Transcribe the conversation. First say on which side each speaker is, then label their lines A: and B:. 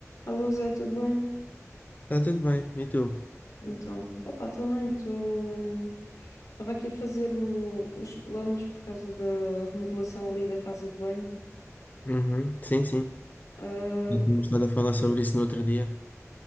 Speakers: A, on the left; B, on the left.
A: Alô Zé, tudo bem?
B: Tá tudo bem, e tu?
A: Então, opa, também estou. Estava aqui a fazer o- os planos por causa da remodelação ali da casa de banho.
B: Uhum, Sim, sim.
A: Ah,
B: E tínhamos estado a falar sobre isso no outro dia.